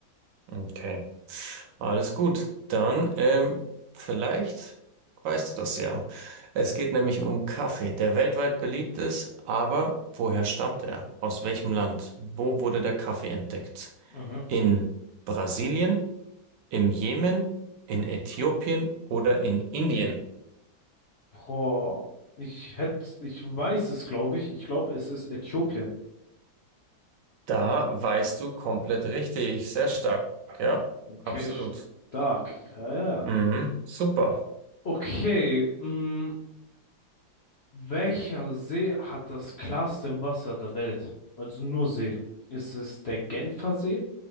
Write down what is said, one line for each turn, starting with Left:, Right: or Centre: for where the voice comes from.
Right: Okay, alles gut. Dann, ähm, vielleicht weißt du das ja. Es geht nämlich um Kaffee, der weltweit beliebt ist, aber woher stammt er? Aus welchem Land? Wo wurde der Kaffee entdeckt?
Left: Mhm.
Right: In Brasilien? Im Jemen, in Äthiopien oder in Indien?
Left: Boah, ich hätte, ich weiß es, glaube ich. Ich glaube, es ist Äthiopien.
Right: Da weißt du komplett richtig. Sehr stark. Ja,
Left: Okay,
Right: absolut.
Left: stark. Ja, ja. ja.
Right: Mhm, super.
Left: Okay, mm, Welcher See hat das klarste Wasser der Welt? Also nur See. Ist es der Genfer See,